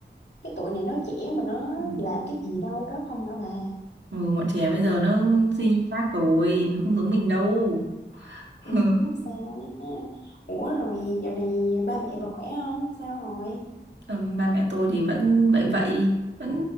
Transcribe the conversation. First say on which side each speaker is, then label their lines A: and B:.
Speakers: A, on the left; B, on the right.
A: cái tuổi này nó trẻ mà nó
B: ừ.
A: làm cái gì đâu đó không hả bà
B: Ừ, bọn trẻ bây giờ nó suy khác rồi nó không giống mình đâu <laughs>
A: ừ nó làm sao á. ủa rồi dạo này ba mẹ bà khỏe không sao rồi
B: Ờ, ba mẹ tôi thì vẫn vậy vậy vẫn